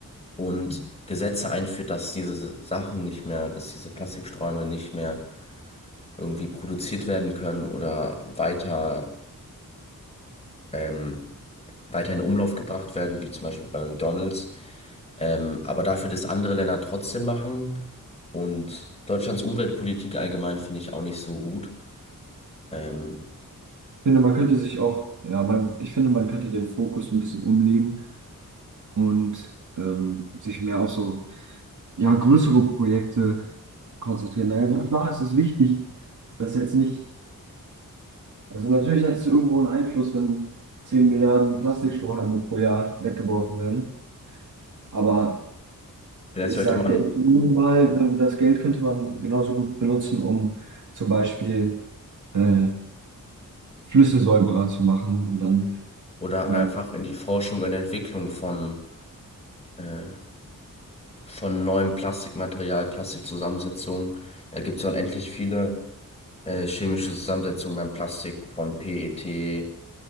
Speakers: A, on the left; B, on the right.
A: und Gesetze einführt, dass diese Sachen nicht mehr, dass diese Plastiksträume nicht mehr irgendwie produziert werden können oder weiter, ähm, weiter in Umlauf gebracht werden, wie zum Beispiel bei McDonald's. Ähm, aber dafür, dass andere Länder trotzdem machen und Deutschlands Umweltpolitik allgemein finde ich auch nicht so gut. Ähm,
B: ich finde, man könnte sich auch, ja, man, ich finde, man könnte den Fokus ein bisschen umlegen und ähm, sich mehr auf so ja, größere Projekte konzentrieren. Also klar ist es wichtig, dass jetzt nicht, also natürlich hat es irgendwo einen Einfluss, wenn 10 Milliarden Plastikstrohhalme pro Jahr weggeworfen werden, aber
A: vielleicht
B: ich
A: sollte
B: sage,
A: man
B: der minimal, wenn das Geld könnte man genauso gut benutzen, um zum Beispiel äh, Flüsse säuberer zu machen und dann,
A: oder
B: ja,
A: einfach in die Forschung und Entwicklung von, äh, von neuem Plastikmaterial, Plastikzusammensetzungen, da gibt es ja unendlich viele äh, chemische Zusammensetzung beim Plastik von PET